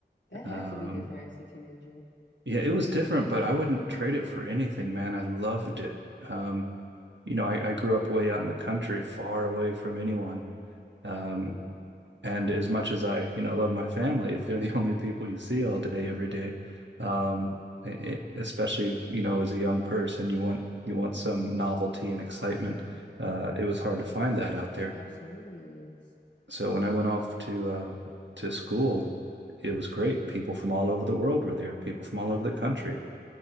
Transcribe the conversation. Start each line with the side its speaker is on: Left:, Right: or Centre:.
Left: That
Right: Um,
Left: had to be different as a teenager.
Right: Yeah, it was different, but I wouldn't trade it for anything, man. I loved it. Um, you know, I, I grew up way out in the country, far away from anyone. Um, and as much as I, you know, love my family, if they're the <laughs> only people you see all day, every day, um, it, especially, you know, as a young person, you want you want some novelty and excitement. Uh, it was hard to find that out there.
Left: Absolutely it is.
Right: So when I went off to uh, to school, it was great. People from all over the world were there, people from all over the country.